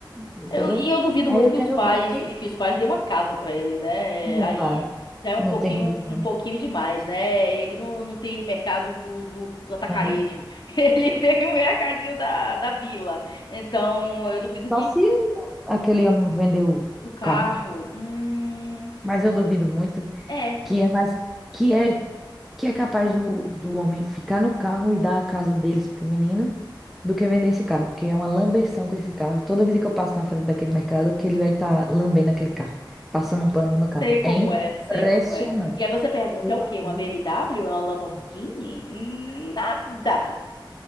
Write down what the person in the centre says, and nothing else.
entendeu?
Aí
eu
quero
ver o que
não
vai,
não
tem condição.
Não.
Só
se o- aquele homem vender o
carro,
mas eu
duvido muito.
que é mais que é que é capaz do, do homem ficar no carro e dar a casa deles pro menino do que vender esse carro, porque é uma lambeção com esse carro. Toda vez que eu passo na frente daquele mercado, que ele vai estar lambendo aquele carro, passando um pano no carro.
É impressionante.
Meu
amigo.